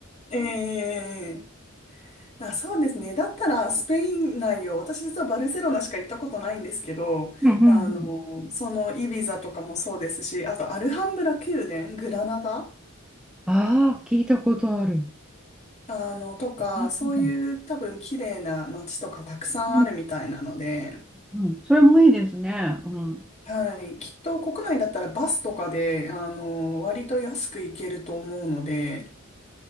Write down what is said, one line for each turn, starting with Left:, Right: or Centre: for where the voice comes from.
Left: えー、あ、そうですね。だったらスペイン内を、私実はバルセロナしか行ったことないんですけど、
Centre: うんうんうん。
Left: あの、そのイビザとかもそうですし、あとアルハンブラ宮殿、グラナダ
Centre: ああ、聞いたことある。
Left: あの、とか、
Centre: うんうん
Left: そういう多分綺麗な街とかたくさんあるみたいなので、
Centre: うんうんうんそれもいいですね。うん。
Left: はい、きっと国内だったらバスとかで、あの、割と安く行けると思うので、